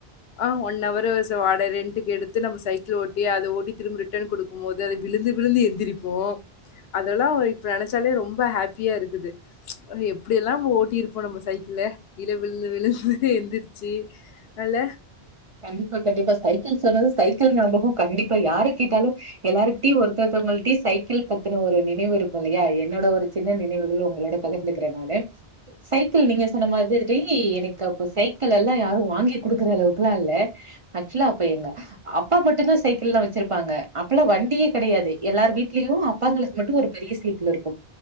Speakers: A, on the left; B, on the right.
A: ஆ ஒன் ஆவரு ரென்க்கு எடுத்து நம்ம சைக்கிள் ஓட்டி அத ஓட்ட திரும்ப ரிட்டன் கொடுக்கும் போது அத விழுந்து விழுந்து எந்திரிப்போ அதெல்லா இப்ப நினைச்சாலே ரொம்ப ஹாப்பியா இருக்குது அப்படிய எல்லா ஓட்டியிருப்போ நம்ம சைக்கிள் கீழே விழுந்து விழுந்து எந்திருச்சு நல்ல
B: கண்டிப்பா கண்டிப்பா சைக்கிள் சொன்னது சைக்கிள் நம்பகம் கண்டிப்பா யாரரு கேட்டாலு எல்லாரு்கிட்டயும் ஒருத்தத்தவங்களிட்டயும் சைக்கிள் பத்துன ஒரு நினைவு இருக்கு இல்லையா என்னோட ஒரு சின்ன நினைவுகள் உங்களோட பகிர்ந்துக்கிறேன் நானு சைக்கிள் நீங்க சொன்ன மாரி எனக்கு அப்ப சைக்கிள் எல்லா யாரும் வாங்கி குடுக்கற அளவுக்கு <unintelligible> இல்ல அக்சுவலி எங்க அப்பா மட்டுதா சைக்கிள்ல வச்சிருப்பாங்க அப்பல்லா வண்டியே கிடையாது எல்லார வீடலயும் அப்பாங்களுக்கு மட்டும் ஒரு பெரிய சைக்கிள் இருக்கு